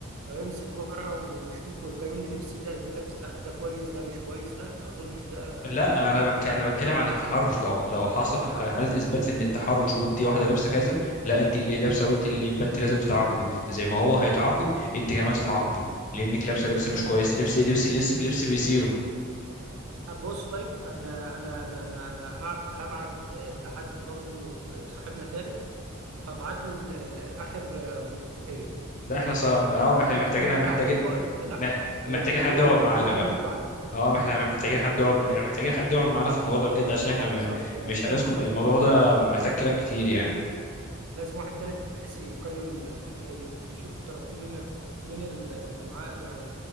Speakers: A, on the right; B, on the left.
A: يمسك ورقه ويشوف ويقيم لي لبس ده دي لبس لا ده كويس ده مش كويس لا اظنش ده
B: لا
A: ده حل
B: انا
A: يعني
B: بك... انا بتكلم عن التحرش لو لو حصل ح- حاله اثبات ان التحرش وانت واحده لابسه كذا لا انت اللي لابسه وانت اللي يبقى انت لازم تتعاقبي زي ما هو هيتعاقب انت كمان تتعاقبي لانك لابسه لبس مش
A: لا
B: كويس
A: لا
B: لبس لبس لبس لبس
A: ال-
B: بيصيره
A: بص طيب انا انا انا انا أنا هب- هبعت آه، لحد برضو آه، صاحبنا تالت هبعت له ال- ال- اخر جزئيه
B: ده
A: من
B: احنا
A: ال-
B: صار
A: ان
B: اه
A: إن
B: ما احنا
A: هي
B: محتاجين
A: يكون عليها
B: محتاجين
A: عقوبه ولا لا
B: م-
A: و-
B: محتاجين
A: وهو
B: حد يقعد
A: وهو
B: معانا
A: هيرد
B: بقى
A: عليه
B: اه ما احنا محتاجين
A: ليه؟
B: حد يقعد يعني محتاجين حد يقعد معانا في الموضوع ده بجد عشان
A: اه
B: احنا
A: بالظبط
B: م-
A: انا
B: مش
A: شايف
B: هنسكت الموضوع
A: ان الموضوع
B: ده محتاج كلام كتير يعني
A: لازم واحد تالت بحيث يقيم فيك يف- يشوف الطرفين من من اللي معاه يعني